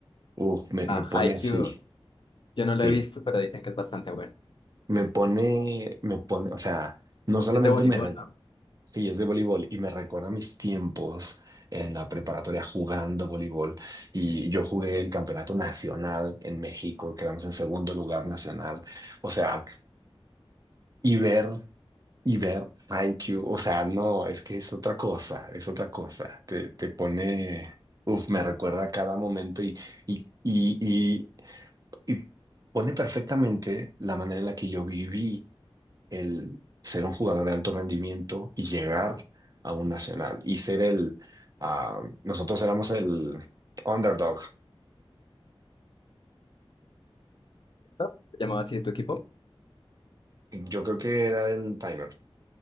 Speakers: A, on the right; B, on the left.
A: uff, me,
B: A
A: me pone
B: Haikyuu,
A: así,
B: yo no
A: sí.
B: lo he visto, pero dicen que es bastante bueno.
A: me pone, me pone, o sea, no solamente
B: Es de voleibol,
A: me, re-
B: ¿no?
A: sí, es de voleibol y me recuerda mis tiempos en la preparatoria jugando voleibol y yo jugué el campeonato nacional en México, quedamos en segundo lugar nacional, o sea, y ver, y ver Haikyuu, o sea, no, es que es otra cosa, es otra cosa, te, te pone, uf, me recuerda cada momento y, y, y, y y pone perfectamente la manera en la que yo viví el ser un jugador de alto rendimiento y llegar a un nacional y ser el, ah, nosotros éramos el underdog.
B: ¿No? ¿Se llamaba así tu equipo?
A: Yo creo que era el timer,